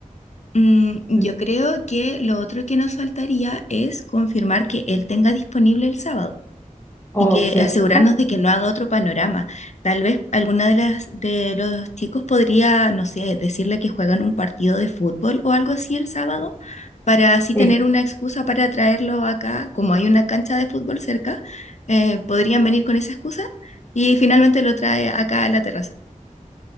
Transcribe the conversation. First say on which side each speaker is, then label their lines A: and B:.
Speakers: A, on the left; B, on the left.
A: Mm, yo
B: Mm,
A: creo que lo otro que nos faltaría es confirmar que él tenga disponible el sábado.
B: Oh,
A: y que
B: cierto.
A: asegurarnos de que no haga otro panorama. Tal vez alguna de las de los chicos podría, no sé, decirle que juegan un partido de fútbol o algo así el sábado, para así tener
B: Sí.
A: una excusa para traerlo acá, como hay una cancha de fútbol cerca, eh, podrían venir con esa excusa y finalmente lo trae acá a la terraza.